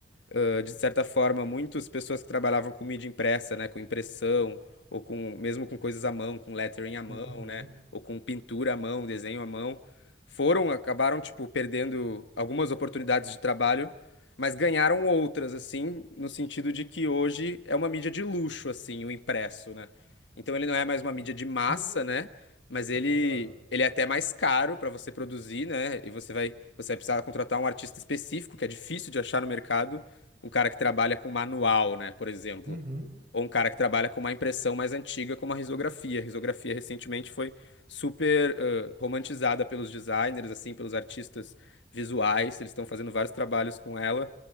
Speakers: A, on the left; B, on the right.
A: ah, de certa forma, muitas pessoas que trabalhavam com mídia impressa, né, com impressão, ou com mesmo com coisas à mão, com lettering à mão,
B: uhum.
A: né, ou com pintura à mão, desenho à mão, foram, acabaram, tipo, perdendo algumas oportunidades de trabalho, mas ganharam outras, assim, no sentido de que hoje é uma mídia de luxo, assim, o impresso, né? Então ele não é mais uma mídia de massa,
B: uhum,
A: né? Mas ele,
B: É verdade.
A: ele é até mais caro para você produzir, né? E você vai, você vai precisar contratar um artista específico, que é difícil de achar no mercado um cara que trabalha com manual, né, por exemplo,
B: Uhum,
A: ou um cara que trabalha com uma impressão mais antiga, como a risografia. A risografia recentemente foi super eh, romantizada pelos designers, assim, pelos artistas visuais. Eles estão fazendo vários trabalhos com ela,